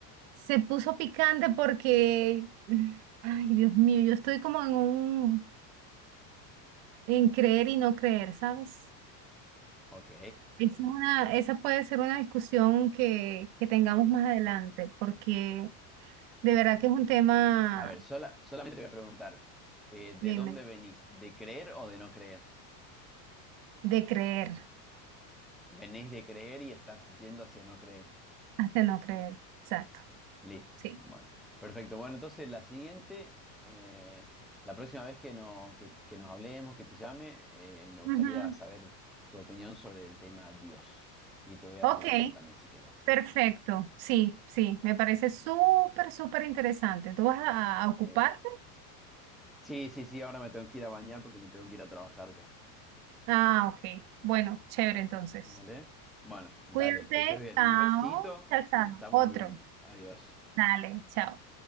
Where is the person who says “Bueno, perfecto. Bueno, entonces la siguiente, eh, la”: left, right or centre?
Centre